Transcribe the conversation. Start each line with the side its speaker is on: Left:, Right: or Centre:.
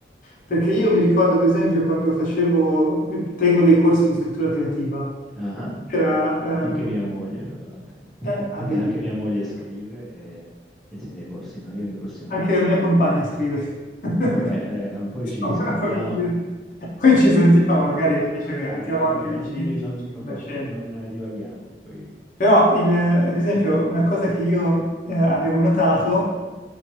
Left: perché io mi ricordo, ad esempio, quando facevo, tengo dei corsi di scrittura creativa,
Centre: Ah,
Left: era, ehm,
Centre: Anche mia moglie, fra l'altro, quindi sì,
Left: eh, ah,
Centre: perché
Left: vedi,
Centre: anche mia moglie scrive e, e tiene i corsi, no, io i corsi non
Left: anche
Centre: li tengo.
Left: la mia compagna scrive, <laughs>
Centre: Vabbè, raga, ma poi
Left: siamo
Centre: ci scambiamo.
Left: una famiglia.
Centre: <laughs>
Left: Poi ci sentiamo,
Centre: Cioè,
Left: magari
Centre: di- dove,
Left: finisce
Centre: dove
Left: che
Centre: abiti?
Left: abitiamo
Centre: Vabbè,
Left: anche vicini,
Centre: non, div- non-
Left: c'è
Centre: vabbè,
Left: una cena.
Centre: non, eh, divaghiamo. poi-
Left: Però, il- ad esempio, una cosa che io eh, avevo notato,